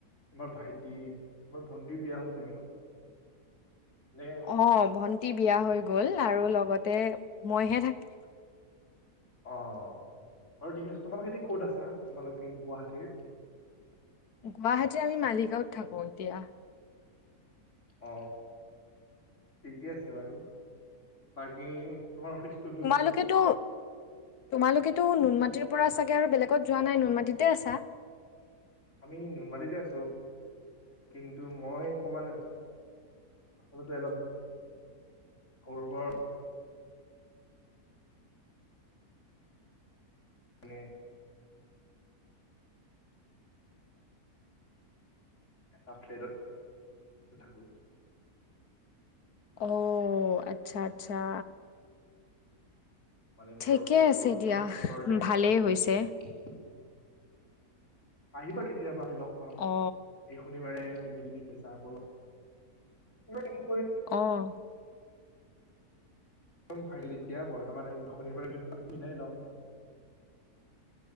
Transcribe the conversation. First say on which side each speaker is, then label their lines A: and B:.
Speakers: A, on the left; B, on the left.
A: তোমাৰ ভাইটি, তোমাৰ ভন্টি বিয়া হল ছাগে ন? নে
B: অহ ভন্টি বিয়া হৈ গ'ল আৰু লগতে মইহে থাকি
A: অ। বাৰু ঠিক আছে তোমালোকে এতিয়া ক'ত আছা তোমালোকে গুৱাহাটীৰ?
B: গুৱাহাটীৰ আমি মালিগাঁৱত থাকো এতিয়া।
A: অ, ঠিকে আছে বাৰু বাকী তোমাৰ অফিচটোতো
B: তোমালোকেতো তোমালোকেতো নুনমাটিৰ
A: উম,
B: পৰা চাগে আৰু বেলেগত যোৱা নাই নুনমাটিতে আছা?
A: আমি নুনমাৰীতে আছোঁ কিন্তু মই অকমান আচলতে অলপ <inaudible> মানে এটা ফ্লেটত থাকোঁ।
B: অ আচ্ছা আচ্ছা।
A: মানে মোৰ
B: ঠিকে
A: অফিচটো
B: আছে
A: একদম
B: দিয়া
A: ওচৰতে কাষতে
B: ভালেই
A: সেইকাৰণে।
B: হৈছে।
A: আহিবা কেতিয়াবা আমি লগ পাম,
B: অ
A: এই শনিবাৰে তুমি যদি পেচাৰ পাবা <inaudible>
B: অহ।
A: ম ফাইল এতিয়া বৰ্তমান শনিবাৰে কিউট মিলাই ল'ম।